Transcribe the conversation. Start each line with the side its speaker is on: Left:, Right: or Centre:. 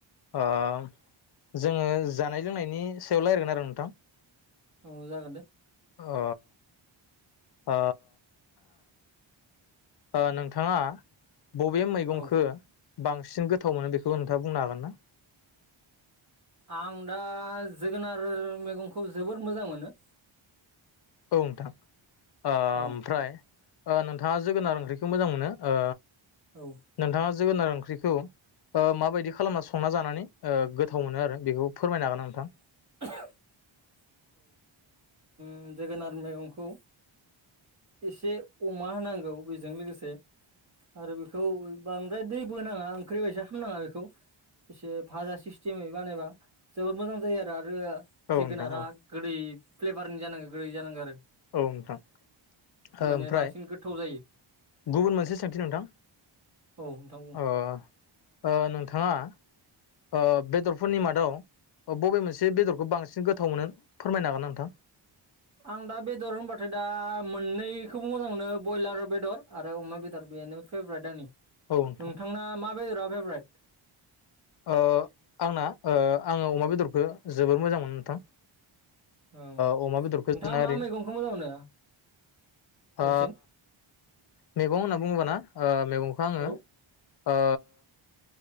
Left: ओ जोङो जानाय लोंनायनि सायाव रायलयगोन आरो नोंथां
Right: औ जागोन दे
Left: ओ ओ ओ नोंथाङा बबे मैगंखौ
Right: औ
Left: बांसिन गोथाव मोनो बेखौ नोंथाङा बुंनो हागोन ना
Right: आं दा जोगोनार मैगंखौ जोबोर मोजां मोनो
Left: औम नोंथां ओ
Right: औ
Left: ओमफ्राय ओ नोंथाङा जोगोनार ओंख्रिखौ मोजां मोनो ओ
Right: औ
Left: नोंथाङा जोगोनार ओंख्रिखौ ओ माबायदि खालामना संना जानानै ओ गोथाव मोनो आरो बेखौ फोरमायनो हागोन ना नोंथां
Right: <inaudible> ओम जोगोनार मैगंखौ एसे अमा होनांगौ बेजों लोगोसे आरो बेखौ बांद्राय दै बोनाङा ओंख्रि बायसा खालामानाङा बेखौ एसे भाजा सिस्टेमै बानायबा जोबोद मोजां जायो आरो आरो
Left: औ
Right: जोगोनारा
Left: नोंथां औ
Right: गोदै फ्लेभारनि जानांगौ गोदै जानांगौ आरो
Left: औ नोंथां
Right: होमबानिया
Left: ओ ओमफ्राय
Right: बांसिन गोथाव जायो
Left: गुबुन मोनसे सोंथि नोंथां
Right: औ नोंथां बुं
Left: ओ ओ नोंथाङा ओ बेदरफोरनि मादाव बबे मोनसे बेदरखौ बांसिन गोथाव मोनो फोरमायनो हागोन ना नोंथां
Right: आं दा बेदर होनबाथाय दा मोननैखौबो मोजां मोनो ब्रयलार बेदर आरो अमा बेदर बेनो फेभरेट आंनि
Left: औ नोंथां
Right: नोंथांना मा बेदरा भेबेरेद।
Left: ओ आंना ओ आङो अमा बेदरखौ जोबोर मोजां मोनो नोंथां।
Right: औ
Left: ओ अमा बेदरखौ
Right: नोंथाङा
Left: जोंना
Right: मा
Left: ओरैनो
Right: मैगंखौ मोजां मोनो
Left: ओ
Right: बांसिन?
Left: मैगं होनना बुङोबाना ओ मैगंखौ आङो
Right: औ
Left: ओ